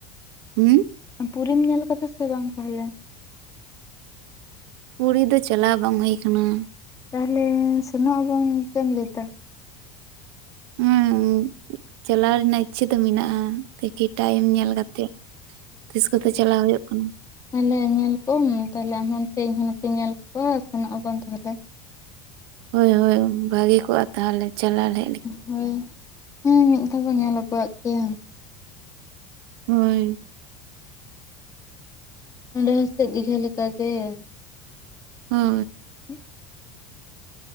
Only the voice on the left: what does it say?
ᱟᱢ ᱯᱩᱨᱤᱢ ᱧᱮᱞ ᱟᱠᱟᱫᱟ ᱥᱮ ᱵᱟᱝ ᱛᱟᱦᱚᱞᱮ ᱾
ᱛᱟᱦᱚᱞᱮ ᱥᱮᱱᱚᱜ ᱟᱵᱚᱱ ᱪᱮᱫ ᱮᱢ ᱞᱟᱹᱭ ᱫᱟ ᱾
ᱛᱟᱦᱞᱮ ᱧᱮᱞ ᱠᱚᱢ ᱛᱟᱦᱚᱞᱮ ᱟᱢ ᱚᱱᱛᱮ ᱤᱧ ᱦᱚᱸ ᱱᱚᱛᱮᱧ ᱧᱮᱞ ᱠᱚᱣᱟ ᱥᱮᱱᱚᱜ ᱟᱵᱚᱱ ᱛᱟᱦᱚᱞᱮ ᱾
ᱦᱳᱭ ᱩ ᱦᱩᱸ ᱚᱱᱠᱟ ᱵᱚᱱ ᱧᱮᱞ ᱟᱹᱜᱩᱣᱟᱜ ᱯᱮ ᱾
ᱚᱰᱮ ᱦᱚᱸ ᱥᱮᱜ ᱫᱤᱜᱷᱟ ᱞᱮᱠᱟᱜ ᱜᱮ ᱾
<unintelligible>